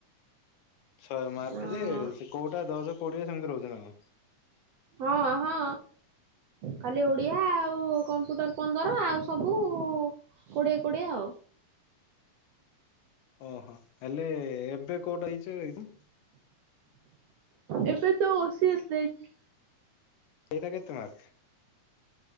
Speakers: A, on the left (about 75°); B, on the right (about 75°).
A: ଶହେ ମାର୍କ
B: ହଁ
A: ରେ କୋଉଟା ଦଶ କୋଉଡିି ସେମିତି ରହୁଛି ନା କଣ।
B: ହଁ ହଁ ଖଲି ଓଡିଆ ଆଉ କମ୍ପ୍ୟୁଟର ପନ୍ଦର ଆଉ ସବୁ କୋଡିଏ କୋଡିଏ ଆଉ।
A: ଓହୋ ହେଲେ ଏବେ କୋଉଟା ହେଇଛ ଏ।
B: ଏବେ ଟା ଓସିଏସ ଦେଇଚି।
A: ଏଇଟା କେତେ ମାର୍କ।